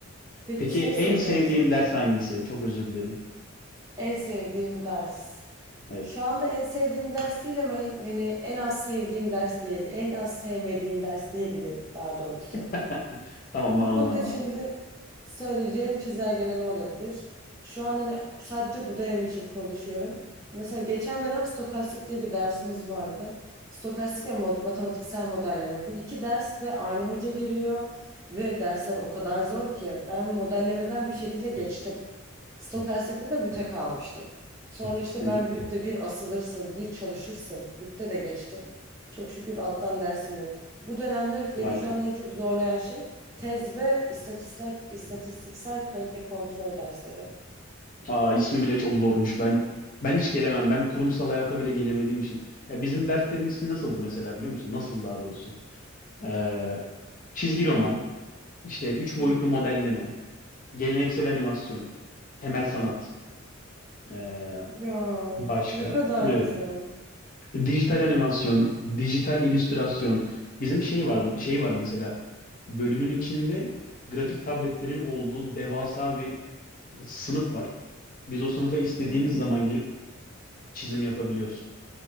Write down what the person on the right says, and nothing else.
Peki
şey soracağım
sana.
En sevdiğim ders.
Şu anda en sevdiğim ders değil ama en, yani en az sevdiğim ders diye, en az sevmediğim ders diyebilirim daha doğrusu.
Bunun
için
de söyleyeceğim çizelgeleme olabilir. Şu an hani sadece bu dönem için konuşuyorum. E, Mesela geçen dönem stokastik diye bir dersimiz vardı. Stokastik ve mod- matematiksel modelleme. Bu iki ders ve aynı hoca giriyor. Ve dersler o kadar zor ki ben modellemeden bir şekilde geçtim. Stokastikte de büte kalmıştım. Sonra işte
ben
bütte bir asılırsın, bir çalışırsın. Bütte de geçtim. Çok şükür alttan dersim yok. Bu dönemde beni
şu an en çok zorlayan şey Tez ve istatistik, istatistiksel kalite kontrol dersleri.
Hmm.
Ya
ne kadar
güzel.
Aa,